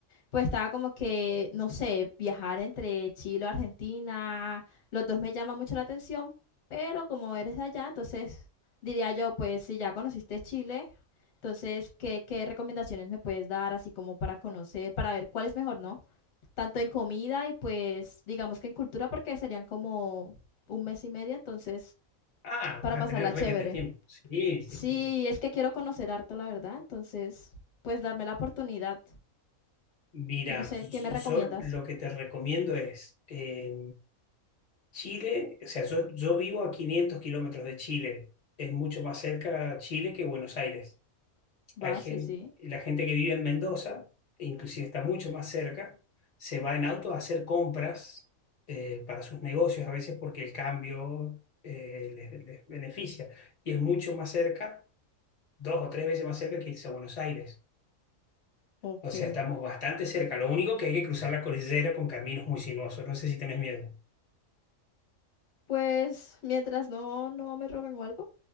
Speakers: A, on the left; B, on the left.
A: pues estaba como que, no sé, viajar entre Chile o Argentina, los dos me llaman mucho la atención, pero como eres de allá, entonces diría yo, pues si ya conociste Chile, entonces, ¿qué, qué recomendaciones me puedes dar así como para conocer, para ver cuál es mejor, ¿no? Tanto en comida y pues digamos que en cultura, porque serían como un mes y medio, entonces,
B: Ah,
A: para
B: vas a
A: pasarla
B: tener requete
A: chévere.
B: tiempo. Sí, sí,
A: Sí,
B: sí.
A: es que quiero conocer harto, la verdad, entonces, pues darme la oportunidad.
B: Mira,
A: No sé,
B: yo
A: ¿qué me recomiendas?
B: lo que te recomiendo es eh, Chile, o sea, yo, yo vivo a 500 kilómetros de Chile. Es mucho más cerca Chile que Buenos Aires. Hay
A: Va,
B: gen-
A: sí, sí.
B: la gente que vive en Mendoza, e inclusive está mucho más cerca, se va en auto a hacer compras eh, para sus negocios, a veces porque el cambio eh, les, les beneficia. Y es mucho más cerca, dos o tres veces más cerca que irse a Buenos Aires.
A: Ok.
B: O sea, estamos bastante cerca. Lo único que hay que cruzar la cordillera con caminos muy sinuosos. No sé si tenés miedo.
A: Pues mientras no, no me roben o algo.